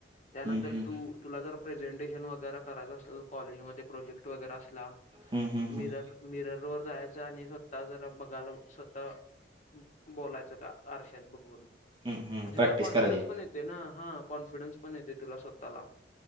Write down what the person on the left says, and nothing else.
त्यानंतर
तू तुला जर प्रेझेंटेशन वगैरे करायचा असल कॉलेजमध्ये प्रोजेक्ट वगैरे असला
मिरर मिरर वर जायचं आणि स्वतः जरा बघायला स्व तां बोलायचं का आरश्यात बघून
म्हणजे
जरा कॉन्फिडन्स
पण ये तेय ना हा कॉन्फिडनस पण येते तुला स्वतःला